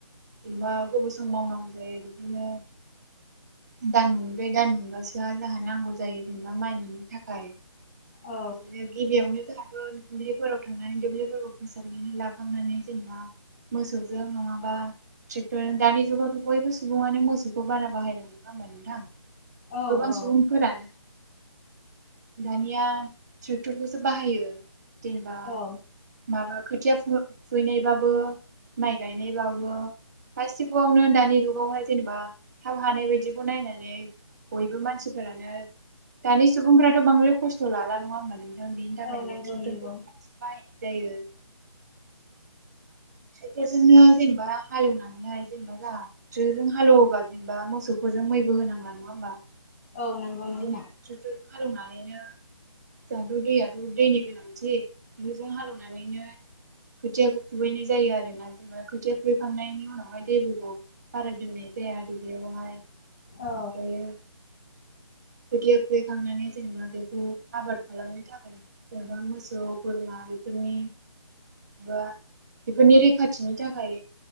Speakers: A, on the right (about 35°); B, on the left (about 25°).
A: जेनेबा गोबाव सम मावनांगौ जायो बिदिनो दान मोनब्रै दान मोनबासो जों जोंहा नांगौ जायो जेनेबा माइ मोननो थाखाय
B: औ
A: बिदिनो गिबियावनो जोंहाथ' दुब्लिफोराव थांनानै दुब्लिफोरखौ फोसाबनानै लाखांनानै जेनेबा मोसौजों नङाबा ट्रेक्टर दानि जुगावथ' बयबो सुबुङानो मोसौखौ बारा बाहाय नुला नोंथां
B: औ
A: गोबां सुबुंफोरानो दानिया ट्रेक्टरखौसो बाहायो। जेनेबा
B: औ
A: माबा मा खोथिया फु फुहैनायबाबो माइ गायनायबाबो। गासिबोआवनो दानि जुगावहाय जेनेबा थाब हानाय बायदिखौ नायनानै बयबो मानसिफोरानो दानि सुबुंफ्राथ' बांद्राय खस्थ' लाला नङा होनबा नोंथां? दा बेनि थाखायनो
B: औ नंगौ
A: ट्रैकटरखौसो
B: नंगौ
A: बाहायनाय जायो। टेकटरजोंनो जेनेबा हालेवनानैहाय जेनेबा जोंहा हालेवोबा जेनेबा मोसौफोरजों जों मैबो होनांला नङा होमबा?
B: औ नंगौ
A: बिदिनो
B: नोंथां।
A: ट्रेक्टरजों हालेवनानैनो जोंहाथ' दैयाथ' दैनि गोनांथि बैजों हालेवनानैनो खोथियाखौ खुबैनाय जायो। जायो आरो ना जोङो खोथिया खुबैखांनायनि उनावहाय दैफोरखौ बारा दोननाय जाया दुब्लियावहाय। ओमफ्रायहय
B: औ
A: खोथिया फुहै खांनानै। जेनेबा बेखौ आबाद खालामनो थाखाय जेनेबा मोसौ बोरमा बेफोरनि बा बेफोरनि रैखाथिनि थाखाय